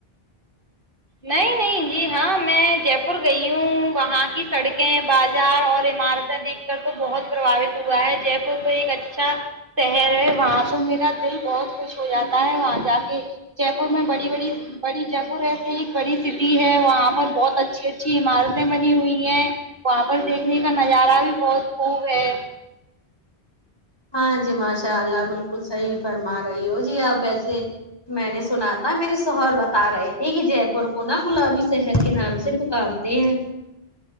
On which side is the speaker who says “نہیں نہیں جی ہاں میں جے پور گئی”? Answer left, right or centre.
Right